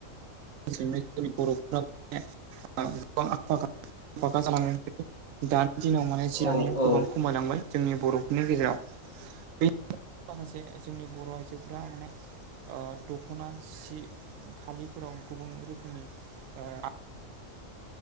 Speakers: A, on the right; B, on the left.
A: <unintelligible> दानि दिनाव माने
B: औ
A: जानाया गोबां
B: औ
A: खमायलांबाय
B: औ
A: जोंनि बर'फोरनि गेजेराव बे माखासे जोंनि बर' आइजोफोरा माने ओ दख'ना सि फालिफोराव गुबुन <unintelligible>